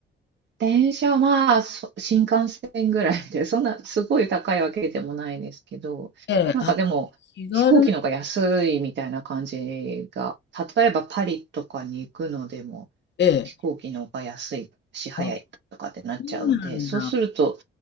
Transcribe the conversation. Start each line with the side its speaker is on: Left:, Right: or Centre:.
Right: 電車は、そ新幹線ぐらいで、<laughs> そんなすごい高いわけでもないですけど、
Left: ええ。
Right: なんかでも、
Left: あ、気軽。
Right: 飛行機の方が安いみたいな感じが、例えばパリとかに行くのでも、
Left: ええ。
Right: 飛行機の方が安いし、早いとかってなっちゃうんで、
Left: あ、そうなんだ。
Right: そうすると、